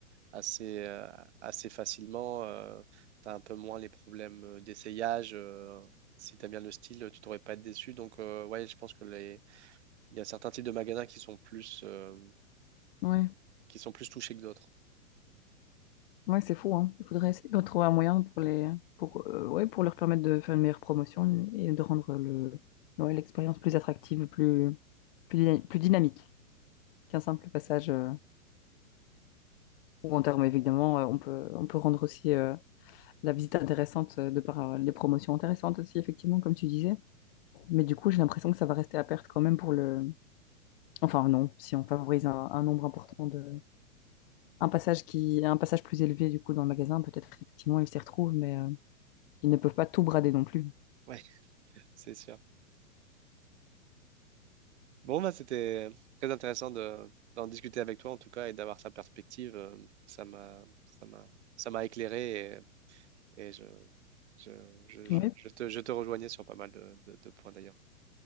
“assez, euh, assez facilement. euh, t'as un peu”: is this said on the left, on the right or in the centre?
Right